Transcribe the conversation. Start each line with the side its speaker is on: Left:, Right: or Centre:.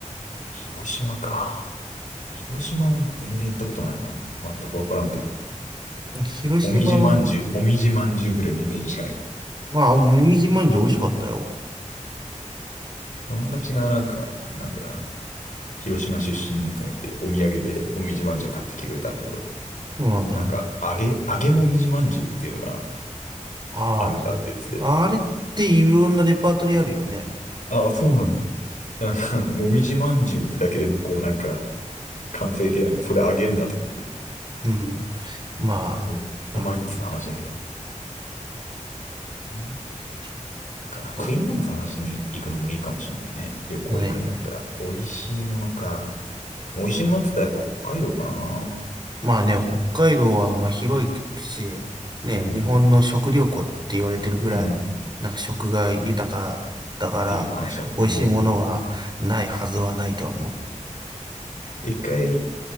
Left: 広島か。広島俺全然行ったことないな。全くわからんけど。
Right: 広島は、
Left: もみじまんじゅう、もみじまんじゅうぐらいのイメージしかない。
Right: まあ、もみじまんじゅう美味しかったよ。
Left: 友達がなんか、あれなんだよな。広島出身のやつがいて、お土産でもみじまんじゅう買ってきてくれたんだけど、
Right: そうなんだ。
Left: なんか、揚げ、揚げもみじまんじゅうっていうのが
Right: あ
Left: あるんだって言ってて、
Right: あ、あれっていろんなレパートリーあるよね。
Left: ああ、そうなんだ。なんか、もみじまんじゅうってだけでもこう、なんか、完成形なのに、それ揚げんだと思って。
Right: うん。
Left: うん、
Right: ま
Left: なんかう、
Right: あ、
Left: うまいっつう話だけど。
Right: あ、
Left: うん
Right: そっ
Left: かな、
Right: か。
Left: 食い物探しに行くのもいいかもしれないね。旅行行くんだったら。
Right: ね。
Left: 美味しいものか。美味しいものって言ったらやっぱ北海道かな。
Right: まあね、
Left: い
Right: 北海道はまあ広いし、ね、
Left: うん。
Right: 日本の食料庫って言われてるぐらい、
Left: うん。っ
Right: なんか食が豊かだから、
Left: ていう話だもんね。
Right: 美味しいものはないはずはないとは思う。
Left: 一回